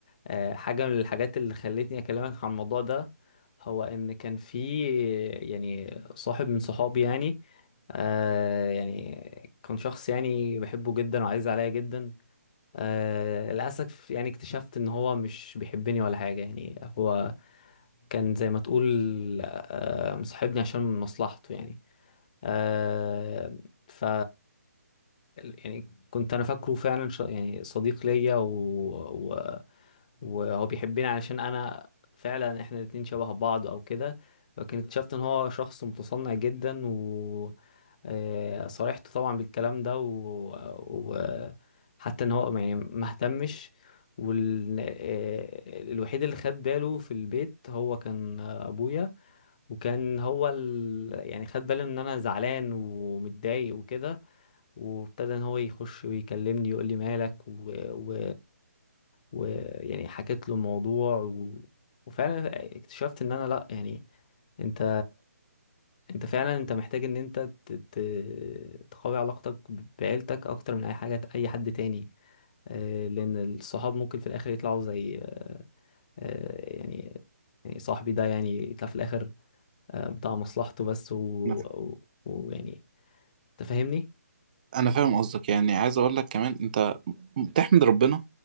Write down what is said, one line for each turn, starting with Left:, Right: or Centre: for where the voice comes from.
Left: آه، حاجه من الحاجات اللي خلتني اكلمك عن الموضوع ده هو ان كان في يعني صاحب من صحابي يعني آه يعني كان شخص يعني بحبه جدا وعايز عليا جدا آه للأسف يعني اكتشفت إن هو مش بيحبني ولا حاجة يعني هو كان زي ما تقول آه مصاحبني عشان مصلحته يعني آه ف يعني كنت انا فاكره فعلا ش... يعني صديق ليا و... و... وهو بيحبني علشان انا فعلا احنا الاتنين شبه بعض او كده لكن اكتشفت ان هو شخص متصنع جدا و آه، صارحته طبعا بالكلام ده و... و... حتى ان هو يعني ما اهتمش وال... آه، الوحيد اللي خد باله في البيت هو كان آه، ابويا وكان هو ال... يعني خد باله ان انا زعلان ومتضايق وكده وابتدى ان هو يخش ويكلمني يقول لي مالك و... و... و... يعني حكيت له الموضوع و... وفعلا اكتشفت ان انا لا يعني انت انت فعلا انت محتاج ان انت ت... ت... تقوي علاقتك ب- بعيلتك اكتر من اي حاجة اي حد تاني آه، لان الصحاب ممكن في الاخر يطلعوا زي آه، يعني يعني صاحبي ده يعني يطلع في الاخر آه، بتاع مصلحته بس ويعني
Right: انا
Left: و... و... ويعني تفهمني
Right: انا فاهم قصدك يعني عايز اقول لك كمان انت تحمد ربنا